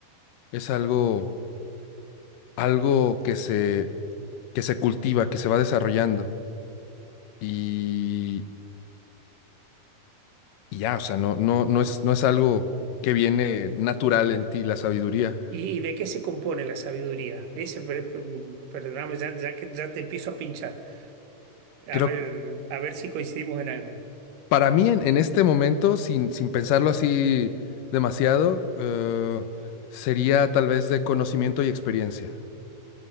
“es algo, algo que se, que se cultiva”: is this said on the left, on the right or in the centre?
Left